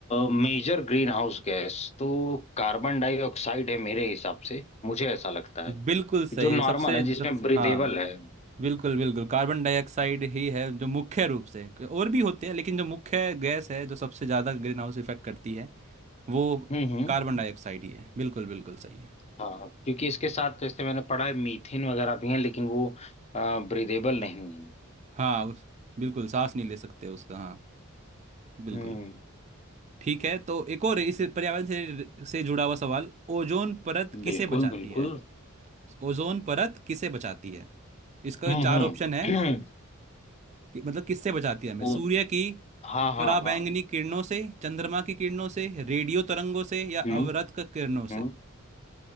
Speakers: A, on the left (about 30°); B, on the right (about 35°).
A: मेजर ग्रीन हाउस गैस तो कार्बन डाइऑक्साइड है मेरे हिसाब से मुझे ऐसा लगता है
B: बिल्कुल सही
A: जो नॉर्मल
B: है। सबसे
A: है जिसमें
B: सब
A: ब्रीदेबल
B: हाँ
A: है
B: बिल्कुल बिल्कुल कार्बन डाइऑक्साइड ही है जो मुख्य रूप से और भी होते हैं लेकिन जो मुख्य गैस है जो सबसे ज़्यादा ग्रीन हाउस इफेक्ट करती है वो
A: हम्म हम्म
B: कार्बन डाइऑक्साइड ही है बिल्कुल बिल्कुल सही है
A: हाँ क्योंकि इसके साथ जैसे मैंने पढ़ा है मीथेन वगैरह भी है लेकिन वो ब्रीदेबल नहीं है
B: हाँ उस बिल्कुल सांस नहीं ले सकते उसका हाँ बिल्कुल
A: हम्म
B: ठीक है तो एक और इस पर्यावरण से से जुड़ा हुआ सवाल ओजोन परत किसे
A: बिल्कुल
B: बचाती
A: बिल्कुल
B: है ओजोन परत किसे बचाती है इसका
A: हम्म
B: चार ऑप्शन है
A: हम्म
B: कि- मतलब किससे बचाती
A: <clears throat>
B: है हमें
A: ओ,
B: सूर्य की
A: हाँ हाँ
B: पराबैंगनी
A: हाँ
B: किरणों से चंद्रमा की किरणों से रेडियो तरंगों से या
A: हम्म
B: अवरक्त क- किरणों
A: हम्म
B: से